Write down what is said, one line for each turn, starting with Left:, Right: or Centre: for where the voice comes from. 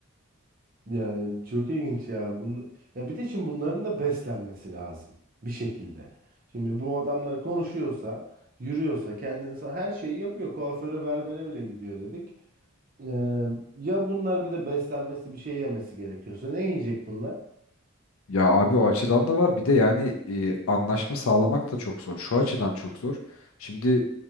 Right: Yani çok ilginç ya. Bun... Ya bir de şimdi bunların da beslenmesi lazım bir şekilde. Şimdi bu adamlar konuşuyorsa, yürüyorsa, kendini sa- her şeyi yapıyor. Kuaföre, berbere bile gidiyor dedik. Ee, ya bunlar bir de beslenmesi, bir şey yemesi gerekiyorsa ne yiyecek bunlar?
Left: Ya abi o açıdan da var. Bir de yani e,
Right: E,
Left: anlaşma sağlamak da çok zor. Şu açıdan çok zor. Şimdi